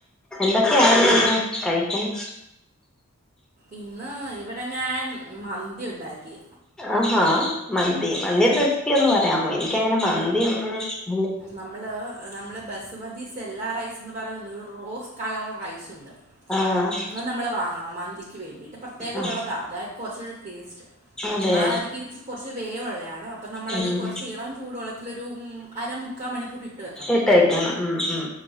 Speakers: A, in the centre; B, on the right.
A: എന്തൊക്കെയായ്ര്ന്ന് ഇന്ന് കഴിക്ക്യാൻ
B: ഇന്ന് ഇവ്ടെ ഞാൻ മന്തി ഉണ്ടാക്കി
A: ആഹാ മന്തി മന്തിയ്ടെ റെസിപ്പി ഒന്ന് പറയാമോ എനിക്കങ്ങനെ മന്തി ഒന്നും
B: നമ്മള് നമ്മള് ബസ്മതി സെല്ലാ റൈസ് ന്നു പറാ ര് റോസ് കളർ റൈസുണ്ട്
A: ആഹ്
B: അത് നമ്മള് വാങ്ങണം മൻ ക്ക് വേണ്ടീട്ട് പ്രത്യേകം
A: ആഹ്
B: ഒള്ളതാ ന്നാല് കൊർച്ചൂടി ടേസ്റ്റ്
A: അതെ
B: ആ അരിക്ക് ഇച്ചിരി കൊർച്ച് വേവ്ള്ളെയാണ് അപ്പൊ നമ്മളത്
A: ഉം
B: കുറച്ച് ഇളം ചൂട് വെള്ളത്തിലൊരു അര മുക്കാ മണിക്കൂർ ഇട്ട് വെക്കണം
A: ഇട്ടേക്കണം ഉം ഉം